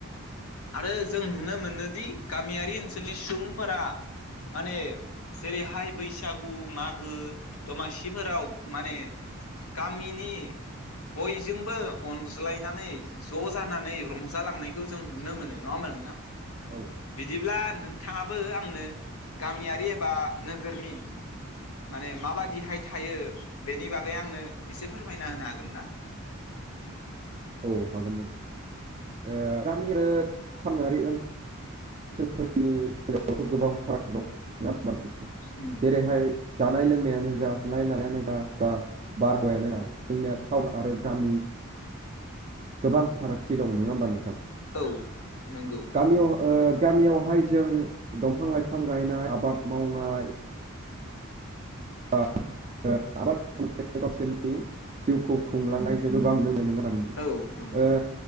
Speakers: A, on the left; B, on the right.
A: आरो जों नुनो मोनोदि गामियारि ओनसोलनि सुबुंफोरा माने जेरैहाय बैसागु मागो दमासिफोराव माने गामिनि बयजोंबो अनज्लायनानै ज' जानानै रंजालांनायखौ जों नुनो मोनो नङा होनबा नोंथां
B: औ
A: बिदिब्ला नोंथाङाबो आंनो गामियारि एबा नोगोरनि माने माबादिहाय थायो बेनि बागै आंनो एसे फोरमायना होनो हागोन ना
B: औ हागोन नोंथां गामि आरो थांनारि ओल ओनसोलफोरनि गेजेरावथ' गोबां फाराग दं
A: उम
B: जेरैहाय जानाय लोंनायानो जा थानाय लानायानो जा बा बारहावायानो जा जोंनिया टाउनानो जा गोबां फारागथि दं नङा होमबा नोंथां
A: औ नंगौ
B: गामियाव गामियावहाय जों दंफां लाइफां गायनाय आबाद मावनाय अ आ गावसोरनि जिउखौ खुंलांनाय ज' गोबां ननो मोन नङ हाबा नोंथां
A: औ नंगौ